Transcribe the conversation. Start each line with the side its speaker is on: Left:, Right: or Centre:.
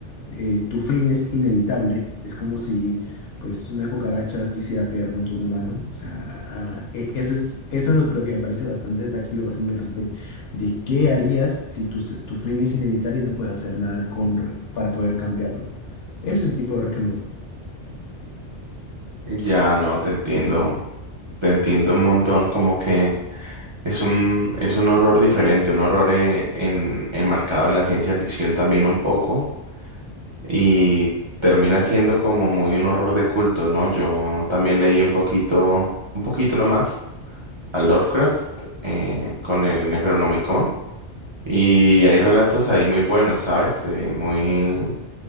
Left: eh, tu fin es inevitable. Es como si pues una cucaracha quisiera pelear contra un humano. O sea, a- a- e- ese es, eso es lo, lo que me parece bastante atractivo, bastante interesante de qué harías si tu, se- tu fin es inevitable y no puedes hacer nada con, re- para poder cambiarlo. Ese es el tipo de horror que me gusta.
Right: ya no te entiendo. Te entiendo un montón, como que es un, es un horror diferente, un horror eh, en, enmarcado en la ciencia ficción también un poco y termina siendo como muy un horror de culto, ¿no? Yo también leí un poquito, un poquito nomás a Lovecraft eh, con el Necronomicon. Y hay relatos ahí muy buenos, ¿sabes? Eh, muy,